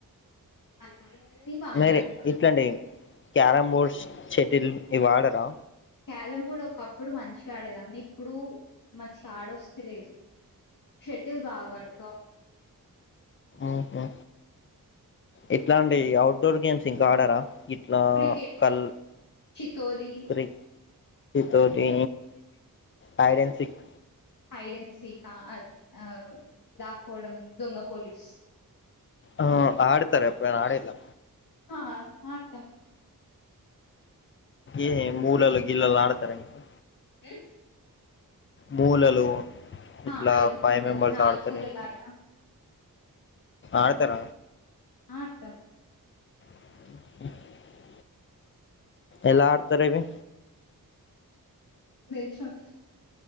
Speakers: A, on the left (about 65°); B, on the left (about 35°).
A: అన్నీ బానే
B: మీరి
A: ఆడతా
B: ఇట్లాండి క్యారం బోర్డ్స్ షటిల్ ఇవి ఆడరా
A: క్యారం బోర్డ్ ఒకప్పుడు మంచిగా ఆడేదాన్ని ఇప్పుడు మంచిగా ఆడొస్తే లేదు షటిల్ బాగా ఆడతా
B: ఓకే ఇట్లాండి ఔట్డోర్ గేమ్స్ ఇంకా ఆడరా ఇట్లా
A: క్రికెట్
B: కల్
A: చితోలి
B: ప్రీ తోటి hide and seek
A: hide and seek ఆ అది ఆ దాక్కోవడం దొంగ పోలీస్
B: ఆ ఆడతార ఎప్పుడైన ఆడిల్లా
A: ఆ ఆడతాం
B: ఈ గీ మూలాలు గీలలు ఆడుతారా ఇంకా
A: హ్మ్
B: మూలలు ఇట్లా
A: ఆ ఐదు
B: ఫైవ్
A: మూలలు
B: మెంబర్స్
A: నాలుగు
B: ఆడతారు
A: మూలల
B: ఇంకా
A: ఆట
B: ఆడతార
A: ఆడతాం
B: <inaudible> ఎలా ఆడతార్ ఇవి
A: నిల్చోని